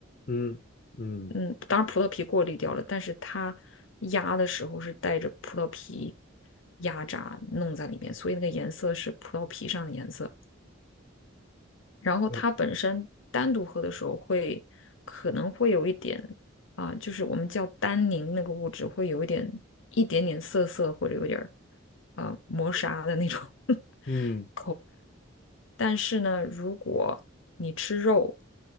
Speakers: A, on the left (about 45°); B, on the left (about 70°).
A: 嗯嗯，
B: 嗯，当然葡萄皮过滤掉了，但是它压的时候是带着葡萄皮压榨弄在里面，所以那个颜色是葡萄皮上的颜色。然后它本身单独喝的时候会可能会有一点
A: 然
B: 啊、就是我们叫单宁那个物质会有一点一点点涩涩或者有点儿啊、磨砂的那种
A: 嗯
B: <laughs>，但是呢，如果你吃肉，